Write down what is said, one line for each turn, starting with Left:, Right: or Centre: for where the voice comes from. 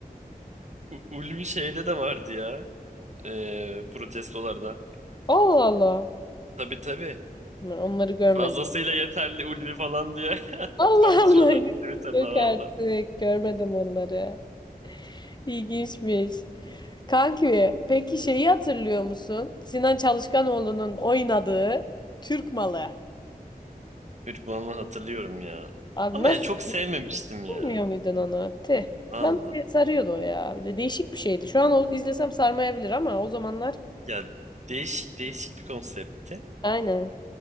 Right: U- Ulvi şeyde de vardı ya. E, protestolarda.
Left: Allah Allah.
Right: Tabii tabii.
Left: Ben Onları görmedim.
Right: Fazlasıyla yeterli Ulvi falan diye <laughs>
Left: Allah
Right: paylaşıyorlardı
Left: Allah. <laughs>
Right: Twitter'da
Left: Yok
Right: valla.
Left: artık. Görmedim onları. İlginçmiş. Kanki, peki şeyi hatırlıyor musun? Sinan Çalışkanoğlu'nun oynadığı Türk Malı.
Right: Çocukluğumdan hatırlıyorum ya.
Left: Abi
Right: Ama
Left: nasıl
Right: ya çok sevmemiştim ya.
Left: bilmiyor muydun onu? Tih.
Right: Valla.
Left: Ben sarıyordu o ya. Bir de değişik bir şeydi. Şu an o izlesem sarmayabilir ama o zamanlar
Right: Ya değişik değişik bir konseptti.
Left: aynen.